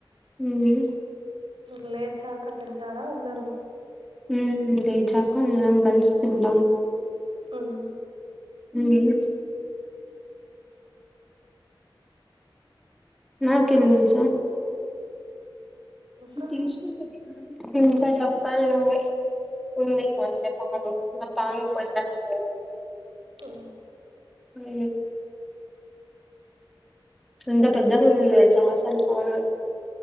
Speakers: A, in the centre; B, on the right.
A: హుమ్మ్.
B: ఇంక్ లేచాక తింటారా అందరు.
A: హుమ్మ్ లేచాక అందరం కల్సి తింటాం.
B: ఉమ్.
A: ఉమ్. నాకేం తెలుసు.
B: ఇంకా
A: తీసినా ఇంకా చెప్పాలి నువ్వే ఉందేమో పాము పాము కొట్టినట్టు లేదు
B: తో
A: హ్మ్మ్ ఎంత పెద్దగ ఉంది తెల్సా అసలు పాము